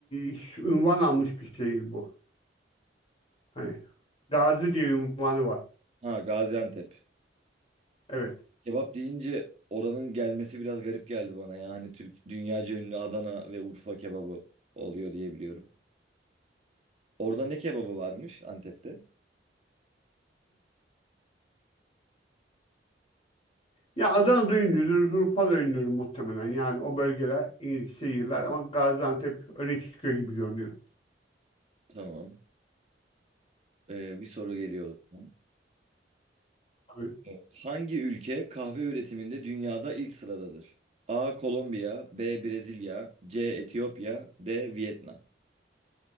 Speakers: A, on the left; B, on the right.
A: e, ş- ünvan almış bir şehir bu. Hani Gazi diye ünvanı var.
B: Ha Gaziantep.
A: Evet.
B: Kebap deyince oranın gelmesi biraz garip geldi bana ya. Hani Türk dünyaca ünlü Adana ve Urfa kebabı oluyor diye biliyorum. Orada ne kebabı varmış Antep'te?
A: Ya Adana ünlüdür, Urfa da ünlüdür muhtemelen. Yani o bölgeler, iyi şehirler ama Gaziantep öne çıkıyor gibi görünüyor.
B: Tamam. Ee, bir soru geliyor o zaman.
A: Tabii.
B: Evet. Hangi ülke kahve üretiminde dünyada ilk sıradadır? A. Kolombiya, B. Brezilya, C. Etiyopya, D. Vietnam.